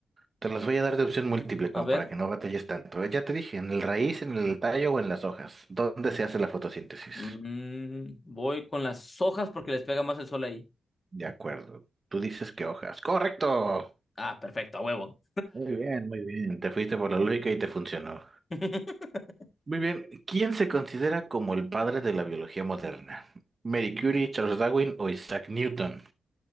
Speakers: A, on the right; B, on the left.
A: Te las voy a dar de opción múltiple como
B: a ver.
A: para que no batalles tanto. Ya te dije, en el raíz, en el tallo o en las hojas. ¿Dónde se hace la fotosíntesis?
B: Mm, voy con las hojas porque les pega más el sol ahí.
A: De acuerdo. Tú dices que hojas. ¡Correcto!
B: Ah, perfecto, a huevo.
A: Muy bien, muy bien. Te fuiste por la lógica y te funcionó.
B: <laughs>
A: Muy bien. ¿Quién se considera como el padre de la biología moderna? ¿Marie Curie, Charles Darwin o Isaac Newton?